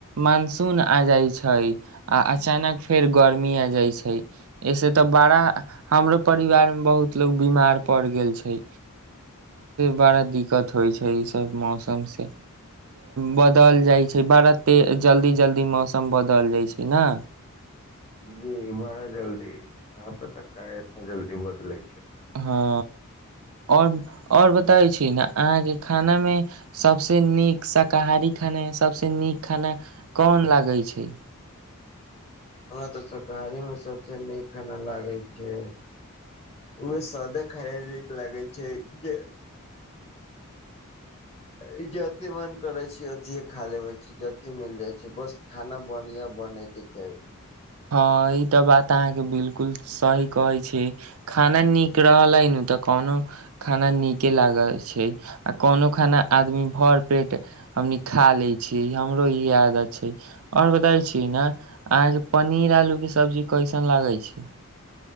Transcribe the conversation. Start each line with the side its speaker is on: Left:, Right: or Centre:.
Right: मानसून आ जाइ छै आ अचानक फेर गर्मी आ जाइ छै एहिसँ तऽ बड़ा हमरो परिवार बहुत लोग बीमार पड़ गेल छै बड़ा दिक्कत होइ छै ई सब मौसम से बदल जाइ छै बरा ते जल्दी जल्दी मौसम बदल जाइ छै ने
Left: जी बड़ा जल्दी कह पता काहे इतना जल्दी बदलै छै
Right: हँ आओर ओर बताै छी ने अहाँके खाना मे सबसे नीक शाकाहारी खाना सबस नीक खाना कोन लागै छै
Left: हमरा तऽ शाकाहारी मे सबसे नीक खाना लागय छै ओ सादे खायल लागय छै जे ई जेते मन करे छै अथिए खा लेबे छी जते मिल जाइ छै बस खाना बनिया बनय के चाही
Right: हँ ई तऽ बात अहाँके बिलकुल सही कहै छि खाना नीक रहले न तऽ कोनो खाना नीके लागल छै आ कोनो खाना आदमी भर पेट कनी खा लै छै हमरो इ इ आदत छै और बताबै छि न आहाँके पनीर आलू के सब्जी कइसन लागै छै